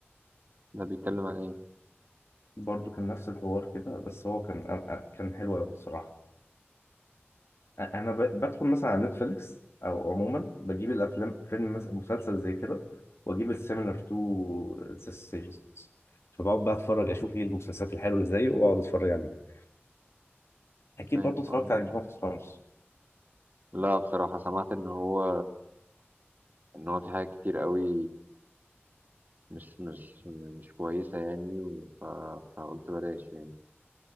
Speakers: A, on the right; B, on the left.
A: ده بيتكلم عن ايه
B: برضه كان نفس الحوار كده بس هو كان أنا- أنا- كان حلو قوي الصراحه أ- انا ب- بدخل مثلا على نتفليكس او عموما بجيب الافلام فيلم مثلا مسلسل زي كده واجيب السيميلر تو ذا سيجنز فبقعد بقى اتفرج اشوف ايه المسلسلات الحلوه اللي زيه واقعد اتفرج عليه اكيد
A: فاهم
B: برضه اتفرجت
A: قصدك.
B: على جيم اوف ثرونز
A: لا بصراحه سمعت ان هو ان هو في حاجات كتير قوي مش مش مش كويسه يعني و- ف... فقلت بلاش يعني